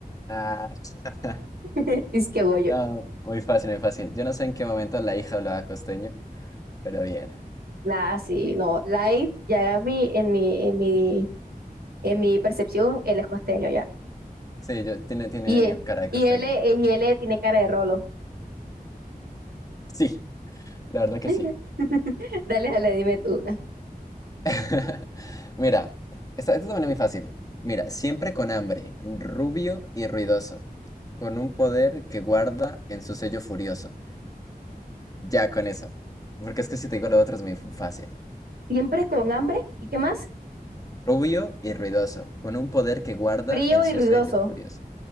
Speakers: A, on the left; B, on the right.
A: Ah, <laughs>
B: <laughs> Es que Goyo.
A: no, muy fácil, muy fácil. Yo no sé en qué momento la hija hablaba costeño, pero bien.
B: Nada, sí, no. Light, ya en mi, en mi, en mi, en mi percepción, él es costeño ya.
A: Sí, yo, tiene, tiene
B: Y, e-
A: cara de
B: y
A: costeño.
B: él, e- y él tiene cara de rolo.
A: Sí, la verdad que
B: <laughs>
A: sí.
B: Dale, dale, dime tú una.
A: <laughs> Mira, esta, esta también es muy fácil. Mira, siempre con hambre, rubio y ruidoso, con un poder que guarda en su sello furioso. Ya con eso. Porque es que si te digo lo otro es muy f- fácil.
B: Siempre con hambre. ¿Y qué más?
A: Rubio y ruidoso, con un poder que guarda
B: Frío
A: en
B: y
A: su
B: ruidoso.
A: sello furioso.